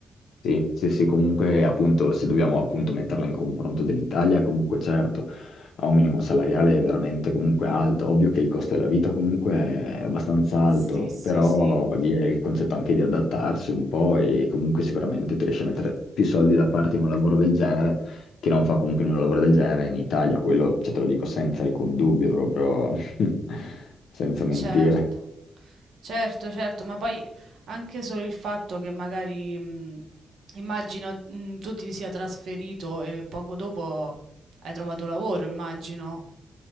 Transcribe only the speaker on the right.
Sì, sì,
sì.
Certo, certo, certo, ma poi anche solo il fatto che magari mh, immagino mh, tu ti sia trasferito e poco dopo hai trovato lavoro, immagino.